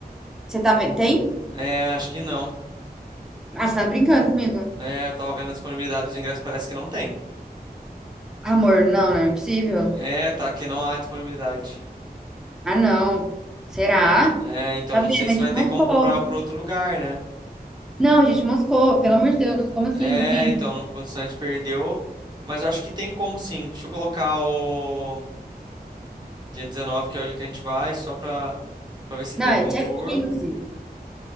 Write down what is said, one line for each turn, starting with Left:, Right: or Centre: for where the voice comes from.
Centre: Você tá vendo? Tem?
Right: É, acho que não.
Centre: Ah, você tá brincando comigo.
Right: É, eu tava vendo a disponibilidade dos ingressos, parece que não tem.
Centre: Amor, não, não é possível.
Right: É, tá, que não há disponibilidade.
Centre: Ah, não. Será?
Right: É, então,
Centre: Tá
Right: não
Centre: vendo?
Right: sei se
Centre: A gente
Right: vai ter
Centre: moscou.
Right: como comprar pro outro lugar, né?
Centre: Não, a gente moscou. Pelo amor de Deus, como assim?
Right: É,
Centre: Não tem?
Right: então, não, o Santos perdeu, mas eu acho que tem como sim. Deixa eu colocar o dia 19, que é o dia que a gente vai, só pra, pra ver se
Centre: Não,
Right: tem
Centre: é
Right: algum
Centre: dia
Right: tour.
Centre: 15.